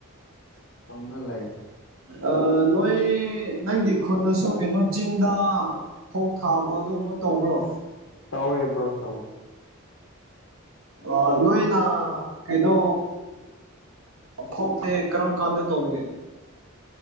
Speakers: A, on the left; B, on the right.
A: ꯇꯧꯅ ꯂꯩ
B: ꯑ ꯅꯣꯢ ꯅꯪꯒꯤ ꯈꯨꯟꯗꯁꯨ ꯀꯩꯅꯣ ꯆꯤꯡꯗ ꯐꯧ ꯊꯥꯕ ꯑꯗꯨꯒꯨꯝꯕ ꯇꯧꯕ꯭ꯔꯣ
A: ꯇꯧꯋꯦ ꯕ꯭ꯔꯣ ꯇꯧꯋꯦ
B: ꯑ ꯅꯣꯢꯅ ꯀꯩꯅꯣ ꯐꯧ ꯊꯦ ꯀꯔꯝ ꯀꯥꯟꯗ ꯇꯧꯏ